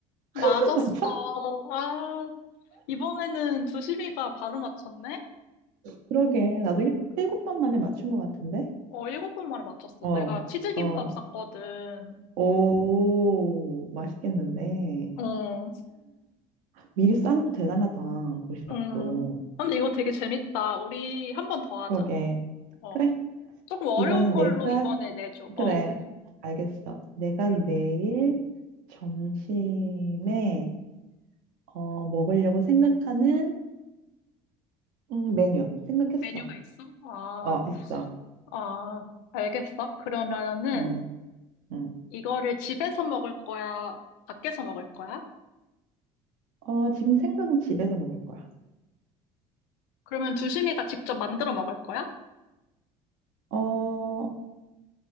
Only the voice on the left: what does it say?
맞았어.
아, 이번에는 두시비가 바로 맞췄네?
어, 일곱 번 만에 맞췄어.
내가 치즈김밥
샀거든.
어,
음. 근데 이거 되게 재밌다. 우리 한 번 더
하자. 어,
조금 어려운
걸로
이번에 내줘. 어,
음.
메뉴가 있어? 아,
아, 알겠어. 그러면은
이거를 집에서 먹을 거야? 밖에서 먹을 거야?
그러면 두심이가 직접 만들어 먹을 거야?